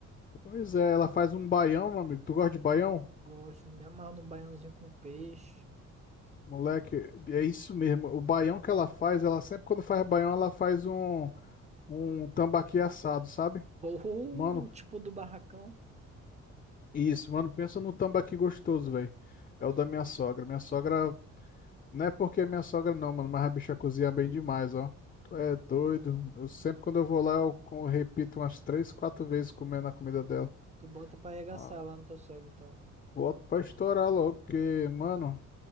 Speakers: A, on the left (about 30°); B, on the right (about 20°).
A: Pois é, ela faz um baião, meu amigo. Tu gosta de baião?
B: Gosto, me amarro num baiãozinho com peixe.
A: Moleque, é isso mesmo. O baião que ela faz, ela sempre quando faz baião, ela faz um, um tambaqui assado, sabe?
B: Ou
A: Mano,
B: tipo do barracão.
A: isso, mano, pensa no tambaqui gostoso, velho. É
B: É.
A: o da minha sogra. Minha sogra, não é porque é minha sogra não, mano, mas a bicha cozinha bem demais, ó. Tu
B: Hum.
A: é doido. Eu sempre quando eu vou lá, eu com- repito umas três, quatro vezes comendo a comida dela.
B: Tu bota pra arregaçar
A: Ah,
B: lá no teu sogro, então.
A: boto pra estourar logo, porque, mano,